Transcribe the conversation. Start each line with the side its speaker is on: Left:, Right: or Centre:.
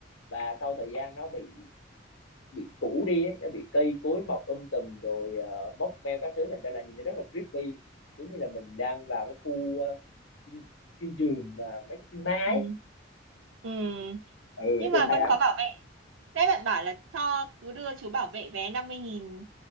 Left: và sau thời gian nó bị bị cũ đi ấy, nó bị cây cối mọc um tùm rồi ờ, móc meo các thứ thành ra là nhìn nó rất là creepy giống như là mình đang vào cái khu ờ, phim, phim trường mà mấy cái phim ma ấy
Right: ừ ừ
Left: ừ nói
Right: nhưng
Left: chung
Right: mà
Left: là
Right: vẫn
Left: hay lắm
Right: có bảo vệ đấy bạn bảo là cho cứ đưa chú bảo vệ vé năm mươi nghìn